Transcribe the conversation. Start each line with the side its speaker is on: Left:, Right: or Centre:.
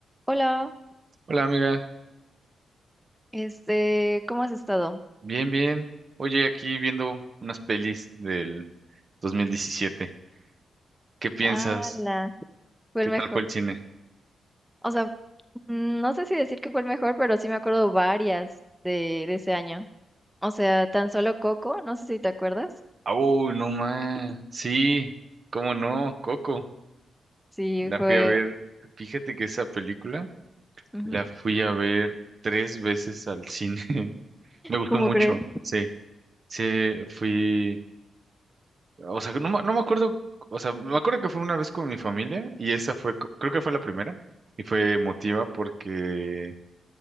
Centre: Hola,
Right: Hola amiga,
Centre: este, ¿cómo has estado?
Right: bien, bien. Oye, aquí viendo unas pelis del 2017. ¿Qué piensas?
Centre: Ala, fue
Right: ¿Qué
Centre: el mejor.
Right: tal fue el cine?
Centre: O sea, mm, no sé si decir que fue el mejor, pero sí me acuerdo varias de, de ese año. O sea, tan solo Coco, no sé si te acuerdas.
Right: Ah, Uy, no más. Sí, cómo no, Coco.
Centre: Sí,
Right: La
Centre: fue.
Right: fui a ver. Fíjate que esa película
Centre: ujú.
Right: la fui a ver tres veces al cine. <laughs> Me gustó
Centre: ¿Cómo
Right: mucho.
Centre: crees?
Right: Sí, sí, fui. O sea, no, me- no me acuerdo. O sea, me acuerdo que fue una vez con mi familia y esa fue, creo que fue la primera y fue emotiva porque